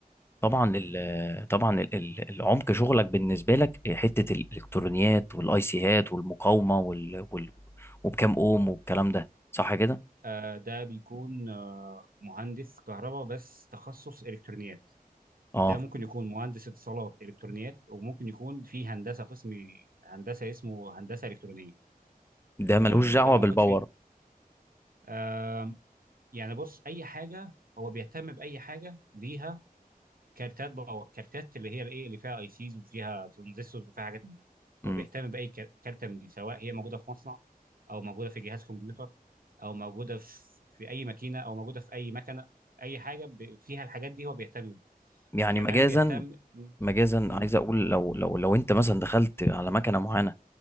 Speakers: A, on the left (about 15°); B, on the right (about 70°).
A: طبعا ال طبعا ال- ال- العمق شغلك بالنسبه لك حته الالكترونيات والاي سيهات والمقاومه وال وال وبكام اوم والكلام ده صح كده
B: آه، ده بيكون آه، مهندس كهرباء بس تخصص الكترونيات
A: اه
B: ده ممكن يكون مهندس اتصالات الكترونيات وممكن يكون في هندسه قسم هندسه اسمه هندسه الكترونيه
A: ده
B: آه،
A: ملوش دعوه
B: ده موجود
A: بالباور
B: في آه، يعني بص اي حاجه هو بيهتم باي حاجه ليها كارتات بو... كارتات اللي هي الايه اللي فيها اي سيز وفيها ترانزستورز وفيها حاجات من دي
A: مم.
B: هو بيهتم باي كار- كارته من دي سواء هي موجوده في مصنع او موجوده في جهاز كمبيوتر او موجوده في في اي ماكينه او موجوده في اي مكنه اي حاجه ب... فيها الحاجات دي هو بيهتم بيها
A: يعني
B: كمان
A: مجازا
B: بيهتم م-
A: مجازا
B: م-
A: عايز اقول لو لو لو انت مثلا دخلت على مكنه معينه